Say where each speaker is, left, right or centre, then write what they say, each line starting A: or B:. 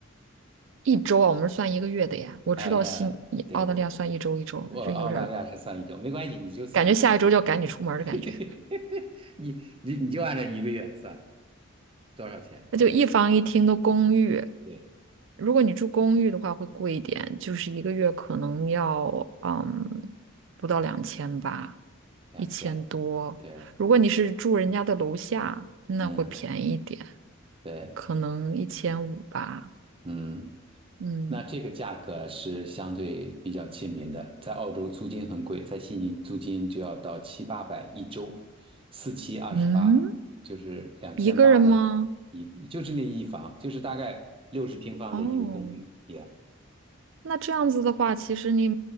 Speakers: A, on the right (about 60°); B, on the right (about 25°).
A: 一周啊，我们是算一个月的呀，我知道新澳大利亚算一周一周，
B: 哎呀，对对，我澳大利亚是算一周，
A: 这有点儿
B: 没关系，你就算一个月。
A: 感觉下一周就要赶你出门儿的感觉。
B: <laughs> 你你你就按照一个月算多少钱，
A: 那就一房一厅的公寓，
B: 大概对，
A: 如果你住公寓的话，会贵一点，就是一个月可能要嗯不到两千吧，
B: 两千，
A: 一千多。
B: 对，
A: 如果你是住人家的楼下，那会便宜一点，
B: 嗯，对，
A: 可能一千五吧。
B: 嗯，
A: 嗯
B: 那这个价格是相对比较亲民的，在澳洲租金很贵，在悉尼租金就要到七八百一周，四七二十八，
A: 嗯，
B: 就是两千八的一，
A: 一个人吗？
B: 就是那一房，就是大概六十平方的一个公寓，
A: 哦，
B: 也、
A: 那这样子的话，其实你